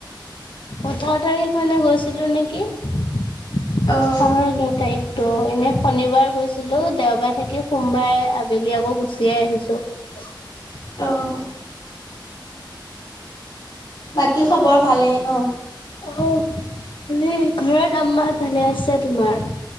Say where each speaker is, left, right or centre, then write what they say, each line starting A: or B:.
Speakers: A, on the left; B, on the left.
A: ওঠৰ তাৰিখ মানে গৈছিলো নেকি পহৰ
B: অ',
A: যৰদ তাৰিখ <unintelligible> ত' এনে শনিবাৰ গৈছিলোঁ, দেওবাৰে থাকি সোমবাৰে আবেলি আকৌ গুচিয়ে আহিছোঁ। <unintelligible>
B: অ', বাকী খবৰ ভালেই ন।
A: আহ ঘৰত আম্মাহ ভালে আছে তোমাৰ।